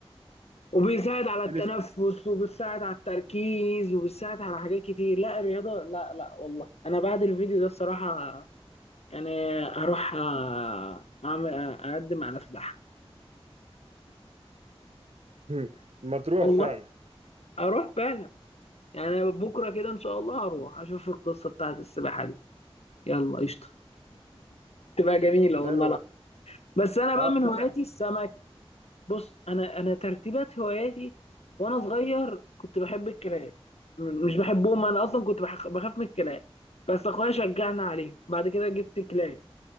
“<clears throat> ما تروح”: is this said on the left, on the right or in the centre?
Right